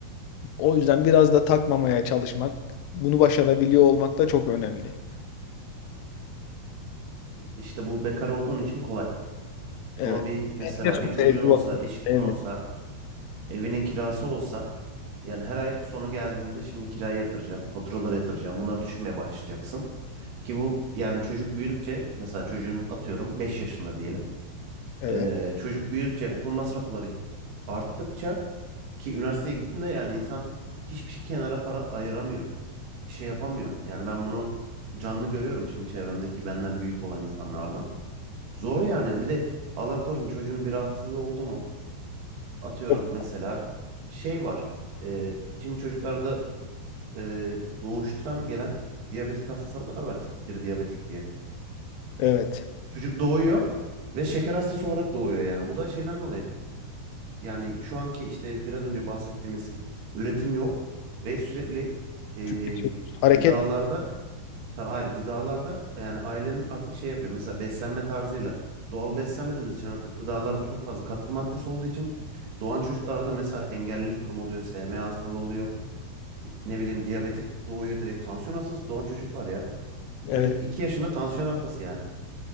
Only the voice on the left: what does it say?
O yüzden biraz da takmamaya çalışmak, bunu başarabiliyor olmak da çok önemli.
Evet.
Benim de çok
sevdiğim
vakıf.
Evet.
Evet.
Çok-
Evet.
Tüketiyoruz. Hareket.
Evet.